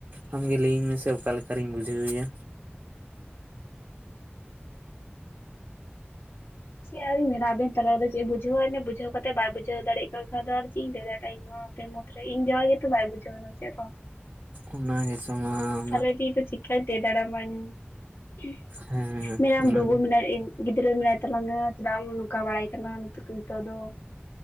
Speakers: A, on the right; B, on the left.
A: ᱟᱢᱜᱮ ᱞᱟᱹᱭᱟᱹᱧ ᱢᱮᱥᱮ ᱚᱠᱟ ᱞᱮᱠᱟ ᱨᱤᱧ ᱵᱩᱡᱷᱟᱹᱣᱮᱭᱟ?
B: ᱪᱮᱜ ᱟᱨᱤᱧ ᱢᱮᱱᱟ ᱟᱵᱮᱱ ᱛᱟᱞᱟ ᱨᱮᱫᱚ ᱪᱮᱜ ᱵᱩᱡᱷᱟᱹᱣ ᱣᱟᱭ ᱢᱮ ᱵᱩᱡᱷᱟᱣᱹ ᱠᱟᱛᱮᱜ ᱵᱟᱭ ᱵᱩᱡᱷᱟᱹᱣ ᱫᱟᱲᱮᱭᱟᱜ ᱠᱟᱱ ᱠᱷᱟᱱ ᱫᱚ ᱟᱨ ᱪᱤᱜ ᱤᱧ ᱞᱟᱹᱭ ᱫᱟᱲᱭᱟᱜ-ᱟ ᱤᱧ ᱦᱚᱸᱼᱼ ᱟᱵᱮᱱ ᱢᱚᱛᱨᱮ ᱤᱧ ᱡᱟᱶᱟᱭ ᱜᱮ ᱛᱚ ᱵᱟᱭ ᱵᱩᱡᱟᱹᱣ ᱫᱟ ᱪᱮᱫ <unintelligible>
A: ᱚᱱᱟ ᱜᱮ ᱥᱮ᱾ ᱛᱚᱢᱟᱼᱼ
B: ᱛᱟᱦᱚᱞᱮ ᱪᱤᱜ ᱯᱮ ᱪᱤᱠᱟᱭ ᱛᱮ ᱫᱟᱲᱮᱢᱟᱧ <inaudible>
A: ᱦᱮᱸ
B: ᱢᱮᱱᱟᱢ
A: ᱚᱱᱟ
B: ᱵᱟᱹᱵᱩ ᱢᱮᱱᱟᱭ ᱤᱧ ᱼᱼ ᱜᱤᱫᱽᱨᱟᱹ ᱢᱮᱱᱟᱭ ᱛᱟᱞᱝᱟ ᱪᱮᱫᱟᱢ ᱱᱚᱠᱟ ᱵᱟᱲᱟᱭ ᱠᱟᱱᱟ ᱱᱤᱛᱚᱜ ᱫᱚ᱾